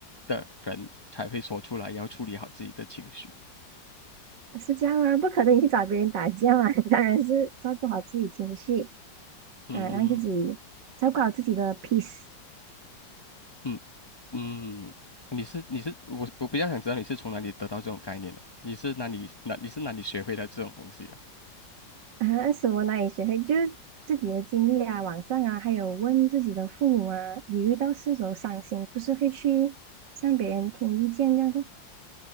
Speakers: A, on the left (about 40°); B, on the right (about 70°).
A: 的人才会说出来，要处理好自己的情绪。
B: 是这样啊，不可能你去找别人打架嘛，<laughs> 当然是照顾好自己情绪。
A: 嗯
B: 啊，让自己照顾好自己的 peace
A: 嗯嗯，你是你是我我比较想知道你是从哪里得到这种概念的？你是哪里哪你是哪里学会的这种东西啊？
B: <laughs> 啊，什么哪里学会，就是自己的经历啊，网上啊，还有问自己的父母啊，你遇到事时候伤心，不是会去向别人听意见这样的。